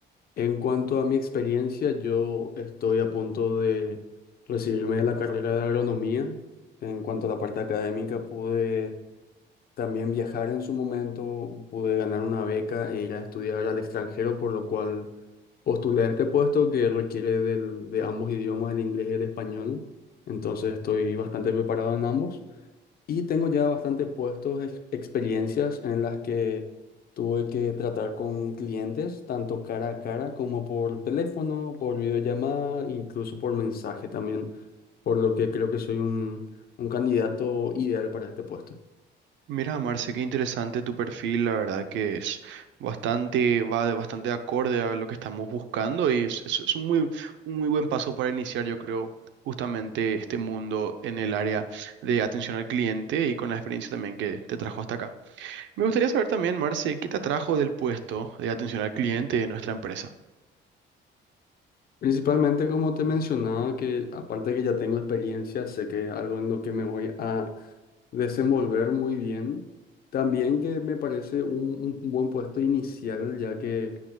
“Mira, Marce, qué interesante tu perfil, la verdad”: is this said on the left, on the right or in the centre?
Right